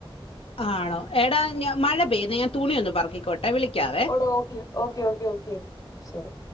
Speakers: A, on the left (about 75°); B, on the left (about 35°).
A: ആണോ? എടാ ഞാ മഴ പെയ്യുന്നു. ഞാൻ തുണിയൊന്ന് പെറക്കിക്കോട്ടെ. വിളിക്കാവേ.
B: ഓട ഓക്കെ ഓക്കെ-ഓക്കെ-ഓക്കെ ശരി.